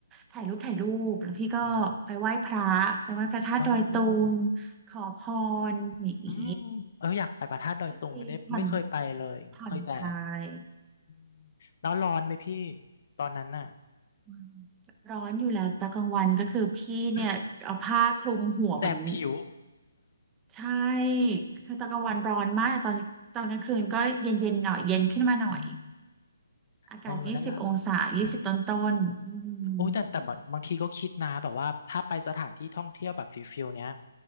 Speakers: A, on the right (about 15°); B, on the left (about 50°).
A: ถ่ายรูปถ่ายรูปแล้วพี่ก็ไปไหว้พระไปไหว้พระธาตุดอยตุง
B: อ๋ออ้าว
A: ขอพรอย่างงี้
B: อืมเอออยากไปพระธาตุดอยตุงไม่ได้ไม่เคยไปเลย
A: ก็ดีผ่อนผ่อนคลาย
B: เคยแต่อืมแล้วร้อนไหมพี่ตอนนั้นน่ะ
A: อืมร้อนอยู่แล้วตอนกลางวันก็คือพี่เนี่ยเอาผ้าคลุมหัวเหมือน
B: <laughs> แสบผิว
A: ใช่คือตอนกลางวันร้อนมากตอนตอนกลางคืนก็เย็นเย็นหน่อยเย็นขึ้นมาหน่อย
B: อืม
A: อากาศยี่สิบองศายี่สิบต้นต้นๆอืม
B: เออนั่นล่ะใช่โอ้ยแต่แต่บางบางทีก็คิดนะแบบว่าถ้าไปสถานที่ท่องเที่ยวแบบฟิลฟิลเนี้ย